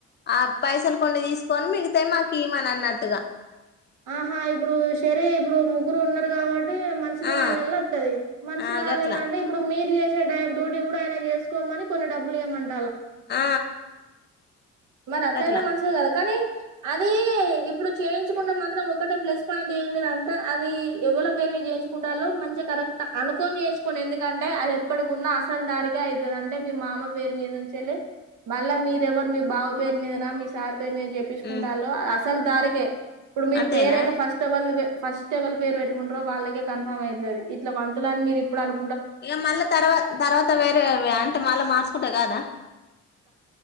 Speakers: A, on the left; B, on the right.
A: ఆ పైసలు కొన్ని తీసుకొని మిగితా మాకీయమని అన్నన్నట్టుగా
B: ఆహా ఇప్పుడు సరే ఇప్పుడు ముగ్గురు ఉన్నారు కావడ్ టే మన్షికి
A: ఆ
B: నాల్ నాల్ నెల్లొత్తది మన్షికీ
A: ఆ
B: నాల్
A: గట్లా
B: నెల్లంటే ఇప్పుడు మీర్ జేస్ జే డయబ్ డ్యూటీ గుడా ఆయన జేస్కోమని కొన్ని డబ్బులు ఇయమన్
A: ఆ
B: మరట్లయినా
A: గట్లా
B: మంచిదే కదా కనీ అది ఇప్పుడు చేయించుకుంటే మాత్రం ఒకటే ప్లస్ పాయింట్ ఏంటిదంట అది ఎవల పేరు మీద జేయించుకుంటాళ్ళు మంచిగా కరెక్ట్ అనుకోని జేయించుకోని ఎందుకంటే అదెప్పడికున్నా అసల్ దానికే ఐతది అంటే మీ మామ పేరు మీద నుంచెల్లి మళ్ళా మీరెవరు మీ బావ పేరు మీదనా మీ సార్ పేర్ మీద జెప్పిచుకుంటాల్లో
A: ఉమ్
B: ఆస్ తల్ దారికే ఇప్పుడు మీర్
A: అంతేనా
B: పేరయితే ఫస్టవళ్ళవే ఫస్ట్ ఎవల్ పేరు పెట్టుకుంటరో వాళ్ళకే కన్ఫర్మ్ అయితాది ఇట్లా వంతులని మీరీప్పుడు అను
A: ఇగ మళ్ళీ తర్వా తర్వాత వేరే అంటే మళ్ళా మార్సుకుంటే కాదా